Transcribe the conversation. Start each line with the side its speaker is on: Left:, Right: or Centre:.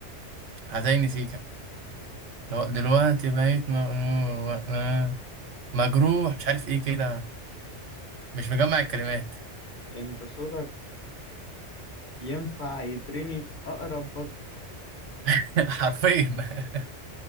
Right: حزيني سيكا لو دلوقتي بقيت مغنو- آه، مجروح مش عارف ايه كده مش مجمع الكلمات
Left: انت صوتك ينفع يترمي في اقرب باسكت
Right: <laughs> حرفيا <laughs>